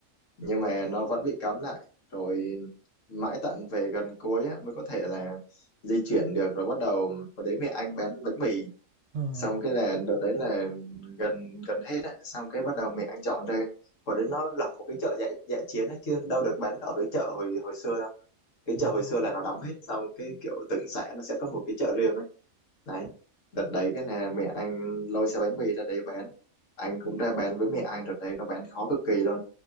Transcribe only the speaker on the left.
nhưng mà nó vẫn bị cấm lại rồi mãi tận về gần cuối á, mới có thể là di chuyển được rồi bắt đầu vào đấy mẹ anh bán bánh mì
xong cái là đợt đấy là gần gần hết á xong cái bắt đầu mẹ anh dọn ra và đấy nó lập một cái chợ dã dã chiến á chứ đâu được bán ở cái chợ hồi hồi xưa cái
chợ hồi
xưa là nó đóng hết xong cái kiểu từng xã nó sẽ có một cái chợ riêng ấy đấy đợt đấy cái nè mẹ anh lôi xe bánh mì ra đây bán anh cũng ra bán với mẹ anh đợt đấy nó bán khó cực kỳ luôn